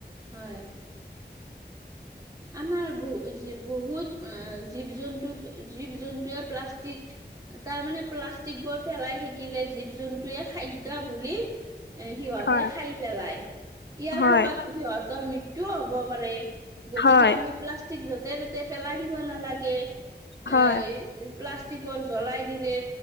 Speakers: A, on the right (about 20°); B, on the left (about 85°).
A: হয় আমাৰ বহু য বহুত অ জীৱ জন্তু জীৱ জন্তুৱে প্লাষ্টিক তাৰ মানে প্লাষ্টিক। বোৰ পেলাই থাকিলে জীৱ জন্তুৱে খাদ্য বুলি এ সিহঁতে
B: হয়
A: খাই পেলায়। ইয়াৰ
B: হয়
A: ফলত সিহঁতৰ মৃত্যুও হব পাৰে। গতিকে
B: হয়
A: আমি প্লাষ্টিক য'তে ত'তে পেলাই দিব নালাগে।
B: হয়
A: এ প্লাষ্টিক কি জ্বলাই দিলে